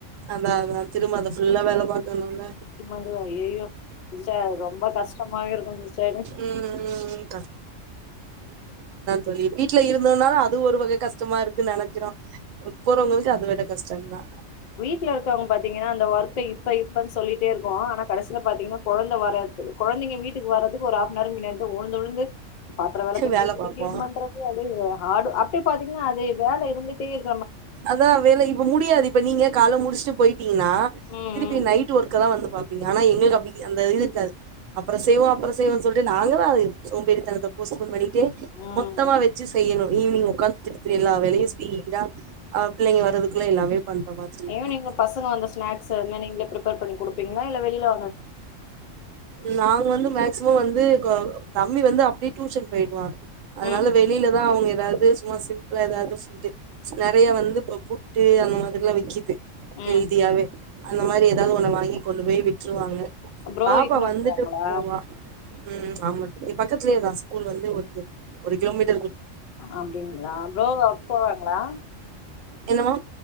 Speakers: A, on the right (about 80°); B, on the left (about 70°).
A: அதா அதா திரும்ப அத ஃபுல்லா வேல பாக்கணும்ல
B: <unintelligible> ஐயயோ சிஸ்டர் அது ரொம்ப கஷ்டமாவே இருக்கு சிஸ்டர்
A: ம் ம் சொல்லி வீட்ல இருந்தன்னாலு அது ஒரு வகை கஷ்டமா இருக்குன்னு நெனைக்கிறோ போறவங்களுக்கு அது வெட கஷ்டந்தா
B: வீட்டுல இருகவங்க பாத்தீங்கனா அந்த ஒர்க்க இப்ப இப்ப சொ சொல்லிட்டே இருப்போம் ஆனா கடசி பாத்தீங்கனா குழந்த வராது குழந்தைங்க வீட்டுக்கு வர்றதுக்கு ஒரு ஹாபனர் மின்னடிதான் உழுந்து உழுந்து பாத்ர வேலக்குறது
A: வேல
B: இங்குண்டு
A: பாப்போ
B: கிலின்பன்றது அடு அப் பாத்தீங்கனா அதே வேல இருந்துட்டே இரு
A: அதான் வேல இப்ப முடியாது இப்ப நீங்க கால முடிச்சுட்டு போயிட்டு டிங்கனா
B: ம்
A: திருபி நைட் ஒர்க்லாம் வந்து ஆனா எங்களுகு அப்டிக் அந்த இது அப்பறம் செய்வோம் அப்பறம் செய்வோம்னு சொல்லிட்டு நாங்களும் அது சோம்பேறிதனத்த போஸ்போன் பண்ணி ட்டு
B: ம்
A: மொத்தமா வச்சு செய்யணும் ஈவினிங் உகாந்து திடுத்து எல்லாவெளையும் ஸ்பீட ஆவ பிள்ளங்க வரதுக்குள்ளா எல்லாமே பண்ற மாதிரி இருக்கு
B: ஈவ்னிங்கள பசங்க அந்த ஸ்நாக்ஸ் ஷா நீங்களே பிரிப்பார் பண்ணி கொடுப்பீங்களா இல்ல வெளியில
A: நாங்க வந்து மேக்ஸ்ஷி மாம் வந்து தம்பி வந்து அப்டியே டியூஷன் போயிடுவாங் அதனால
B: ம்
A: வெளியிலதான் அவங்க அதாவது சும்மா சிம்ளா ஏதாவது நிறய வந்து இப்ப புட்டு அந்த மாதிரியெல்லாம் விக்கிது
B: ம்
A: ஹல்தியவே அந்த மாதிரி ஏதாவது உன்ன வாங்கி கொண்டு போய் விட்டுருவாங்க
B: ப்ரோ
A: பாப்பா
B: இட்டுனு வந்துருவாங்களா
A: வந்துட்டு போவா உம் ஆமா பக்கதுலேயேதான் ஸ்கூல் வந்து ஒரு ஒரு கிலோமீட்டர்
B: அப்டிங்களா ப்ரோ ஒக் போவாங்களா
A: என்னவா